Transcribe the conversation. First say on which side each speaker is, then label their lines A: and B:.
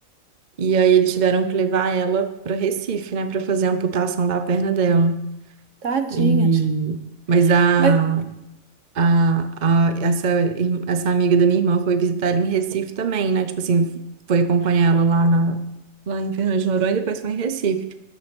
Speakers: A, on the right (about 40°); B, on the right (about 60°).
A: E aí eles tiveram que levar ela para Recife, né, para fazer a amputação da perna dela.
B: tadinha.
A: E
B: gente.
A: mas a,
B: Mas,
A: a, a essa irm- essa amiga da minha irmã foi visitar ela em Recife também, né? Tipo assim, foi acompanhar ela lá na lá em Fernando de Noronha e depois foi em Recife.